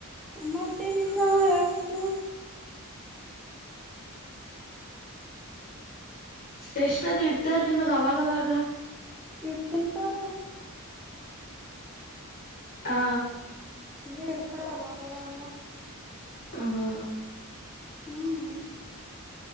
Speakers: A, in the centre; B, on the left (about 40°).
A: ಮತ್ತೇನಿಲ್ಲಾವ ಯ ನೋ
B: ಎಷ್ಟದು್ ಇಡ್ತಾರ ನಿಮಗ್ ಅವಾಗವಾಗ
A: ಇಡ್ತ ಸಾರ
B: ಹಾ
A: ಇ ಎಡ್ತಾರ ಬಾಗ ಬಾಗ
B: ಹ್ಮ
A: ಹ್ಮ್